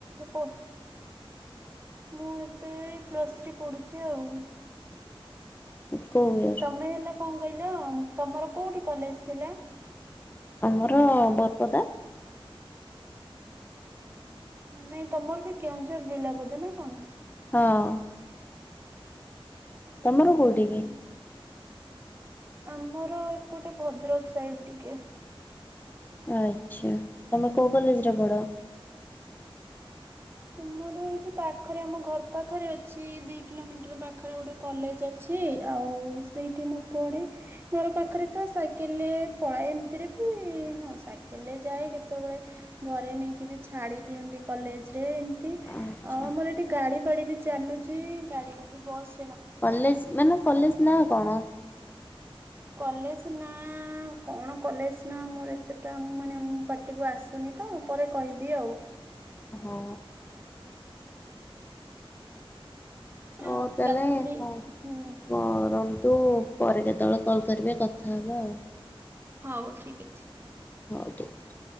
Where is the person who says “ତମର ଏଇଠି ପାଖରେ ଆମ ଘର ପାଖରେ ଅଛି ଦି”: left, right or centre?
Right